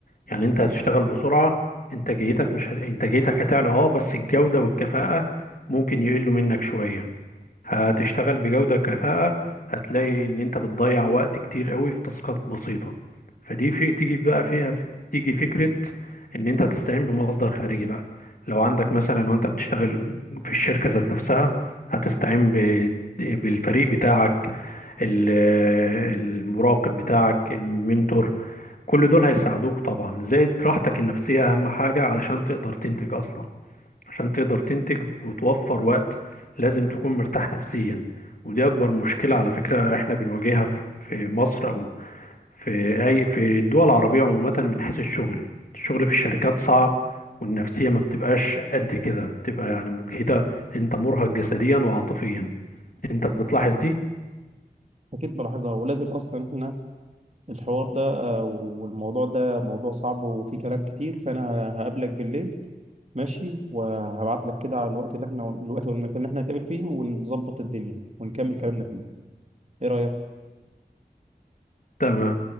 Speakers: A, on the left; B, on the right.
A: يعني انت هتشتغل بسرعة انتاجيتك مش ه... انتاجيتك هتعلى اه بس الجودة والكفاءة ممكن يقلوا منك شوية هتشتغل بجودة كفاءة هتلاقي ان انت بتضيع وقت كتير قوي في تاسكات بسيطة فدي في تيجي بقى فيها تيجي فكرة ان انت تستعين بمصدر خارجي بقى لو عندك مثلا لو انت بتشتغل في الشركة ذات نفسها هتستعين ب... بالفريق بتاعك ال- المراقب بتاعك المنتور كل دول هيساعدوك طبعا زائد راحتك النفسية اهم حاجة علشان تقدر تنتج اصلا عشان تقدر تنتج وتوفر وقت لازم تكون مرتاح نفسيا ودي اكبر مشكلة على فكرة احنا بنواجهها في في مصر او في اي في الدول العربية عموما من حيث الشغل الشغل في الشركات صعب والنفسية ما بتبقاش قد كده بتبقى يعني مجهدة انت مرهق جسديا وعاطفيا انت بتلاحظ دي
B: اكيد بلاحظها ولازم اصلا احنا الحوار ده آه، والموضوع ده موضوع صعب وفيه كلام كتير فانا هقابلك بالليل ماشي وهبعت لك كده على الوقت اللي احنا الوقت والمكان اللي احنا هنتقابل فيه ونظبط الدنيا ونكمل كلامنا فيه ايه رايك
A: تمام